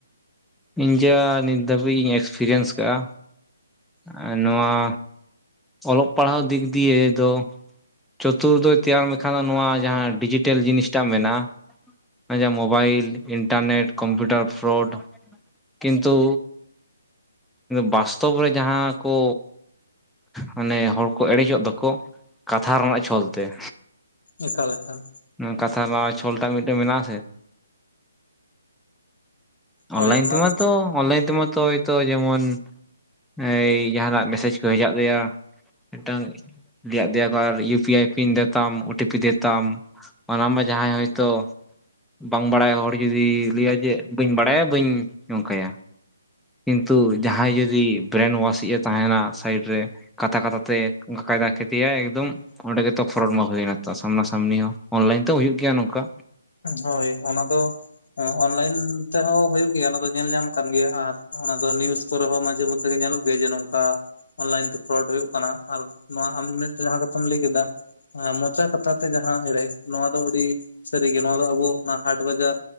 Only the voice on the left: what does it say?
ᱮᱠᱟᱞ ᱮᱠᱟᱞ
ᱦᱳᱭ
ᱚᱱᱟ
ᱫᱚ
ᱦᱳᱭ ᱚᱱᱟ ᱫᱚ ᱚᱱᱞᱟᱭᱤᱱ ᱛᱮᱦᱚᱸᱦᱳᱭᱳᱜ ᱜᱮᱭᱟ ᱚᱱᱟ ᱫᱚ ᱧᱮᱞ ᱧᱟᱢ ᱠᱟᱱ ᱜᱮᱭᱟ ᱟᱨ ᱚᱱᱟ ᱫᱚ ᱱᱤᱭᱩᱡ ᱠᱚᱨᱮ ᱦᱚᱸ ᱢᱟᱡᱷᱮ ᱢᱚᱫᱽᱫᱷᱮ ᱜᱮ ᱧᱮᱞᱚᱜ ᱜᱮᱭᱟ ᱡᱮ ᱱᱚᱝᱠᱟ ᱚᱱᱞᱟᱭᱤᱱ ᱛᱮ ᱯᱷᱚᱨᱚᱰ ᱦᱩᱭᱩᱜ ᱠᱟᱱᱟ ᱟᱨ ᱱᱚᱣᱟ ᱟᱢ ᱢᱤᱫᱴᱮᱱ ᱡᱟᱦᱟᱸ ᱠᱟᱛᱷᱟᱢ ᱞᱟᱹᱭ ᱠᱮᱫᱟ ᱦᱮᱸ ᱢᱚᱪᱟ ᱠᱟᱛᱷᱟᱛᱮ ᱡᱟᱦᱟᱸ ᱮᱲᱮ ᱱᱚᱣᱟ ᱫᱚ ᱟᱹᱰᱤ ᱥᱟᱹᱨᱤᱜᱮ ᱱᱚᱣᱟ ᱫᱚ ᱟᱵᱚ ᱚᱱᱟ ᱦᱟᱴ ᱵᱟᱡᱟᱨ